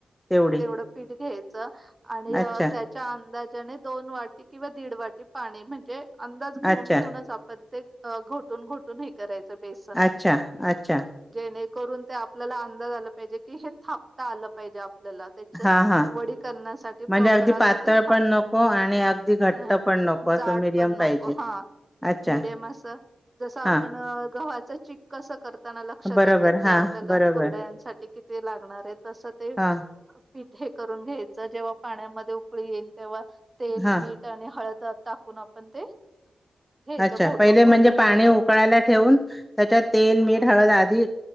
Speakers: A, in the centre; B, on the right.
A: तेवढी
B: तेवढं पीठ घ्यायच. <unintelligible> आणि अ
A: अच्छा
B: त्याच्या अंदाज त्याने दोन वाटी किंवा दीड वाटी पाणी म्हणजे अंदाज घेऊन
A: अच्छा
B: घेऊनच आपण ते अ घोटून घोटून हे करायचं. बेसन.....
A: अच्छा अच्छा
B: जेणेकरून ते आपल्याला काय झालं पाहिजे की हे थापता आलं पाहिजे आप आपल्याल त्याच
A: हां हां
B: वडी करण्यासाठी
A: म्हणजे
B: प्रॉपर
A: अगदी
B: अस
A: पातळ
B: ते थापता.....
A: पण नको आणि अगदी घट्ट पण नको असं
B: जाड
A: मीडियम
B: पण
A: पाहिजे
B: नको हा
A: अच्छा
B: मिडीयम अस जस आपण
A: हां
B: अ गव्हाच. त्याची कस करता तान लक्षात
A: बरोबर
B: येतं की
A: हां
B: आपल्याला
A: बरोबर
B: कुरड्यांसाठी किती लागणार आहे तसं ते
A: हां
B: पिठे करून घ्यायचं. जेव्हा पाण्यामध्ये ते उकळी येईल तेव्हा तेल,
A: हां
B: मीठ आणि हळद. टाकून आपण ते. घ्यायचं
A: अच्छा
B: घोटून
A: पहिले
B: घोटून
A: म्हणजे पाणी
B: त्याच
A: उकळायला ठेवून त्याच्यात तेल,
B: हा
A: मीठ, हळद आधी.